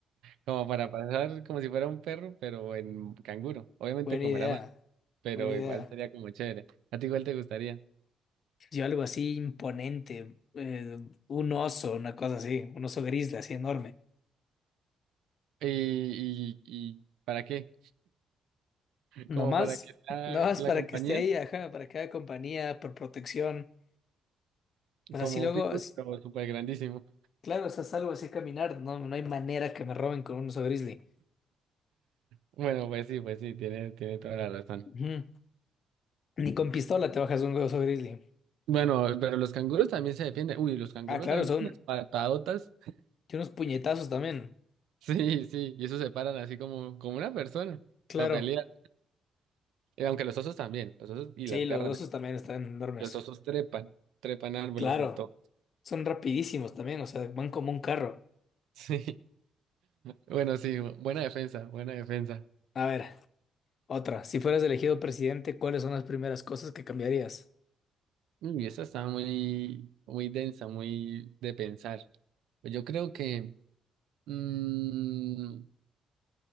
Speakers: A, on the right; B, on the left.
A: como para pasar como si fuera un perro, pero en canguro. Obviamente
B: Buena
A: comerá
B: idea.
A: más, pero
B: Buena idea.
A: igual sería como chévere. A ti igual te gustaría.
B: Yo algo así imponente. eh, un oso, una cosa así. Un oso grizzly, así enorme.
A: ¿Y, y, y para qué?
B: Nomás,
A: Como para que sea
B: nomás
A: la
B: para
A: compañía,
B: que esté ahí, ajá, para que haga compañía, por protección. O sea,
A: como
B: si luego,
A: un pitbull,
B: si-
A: como súper grandísimo.
B: claro, estás salvo así a caminar, no, no hay manera que me roben con un oso grizzly.
A: Bueno, pues sí, pues sí, tiene, tiene toda la razón.
B: Ujú. Ni con pistola te bajas un oso grizzly.
A: Bueno, pero los canguros también se defienden. Uy, los canguros
B: Ah, claro,
A: dan
B: son
A: unas patadotas. <laughs>
B: tiene unos puñetazos también.
A: Sí, sí, y eso se paran así como, como una persona
B: Claro.
A: para pelear. Y aunque los osos también, los osos y
B: Sí,
A: las garras.
B: los osos
A: de-
B: también están enormes.
A: Los osos trepan, trepan árboles
B: Claro.
A: y todo. <laughs>
B: Son rapidísimos también, o sea, van como un carro.
A: Sí. Bueno, sí, bu- buena defensa, buena defensa.
B: A ver, otra. Si fueras elegido presidente, ¿cuáles son las primeras cosas que cambiarías?
A: Mm, Y esa estaba muy, muy densa, muy de pensar. Pues Yo creo que. mm,